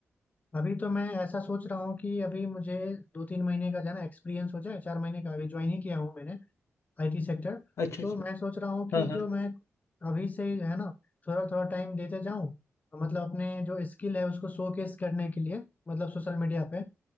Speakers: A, on the left; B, on the left.
A: अभी तो मैं ऐसा सोच रहा हूँ कि अभी मुझे दो तीन महीने का जो है ना एक्सपीरियंस हो जाए चार महीने का अभी ज्वाइन ही किया हूँ मैंने आईटी सेक्टर
B: अच्छा
A: तो
B: अच्छा
A: मैं सोच रहा हूँ कि
B: हाँ हाँ
A: जो मैं अभी से ही जो है ना थोड़ा थोड़ा टाइम देते जाऊँ मतलब अपने जो स्किल है उसको शोकेस करने के लिए मतलब सोशल मीडिया पे